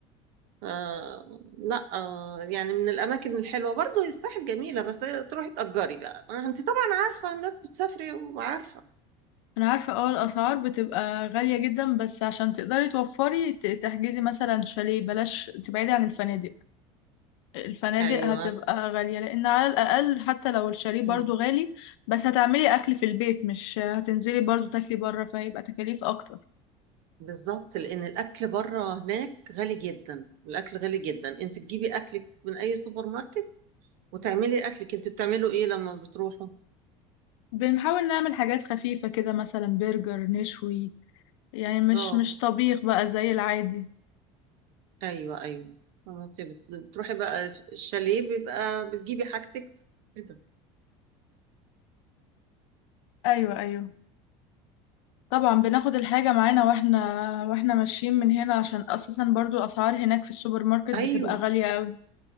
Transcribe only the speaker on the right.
آه لا آه يعني من الأماكن الحلوة برضو هي الساحل جميلة بس هي تروحي تأجري بقى آه، أنت طبعا عارفة إنك بتسافري وعارفة
أيوه
مم.
بالظبط لأن الأكل بره هناك غالي جدا الأكل غالي جدا أنت تجيبي أكلك من أي سوبر ماركت وتعملي أكلك أنت بتعمله إيه لما بتروحوا
أه
أيوه أيوه أما أنت بت- بتروحي بقى الشاليه بيبقى بتجيبي حاجتك كده
أيوه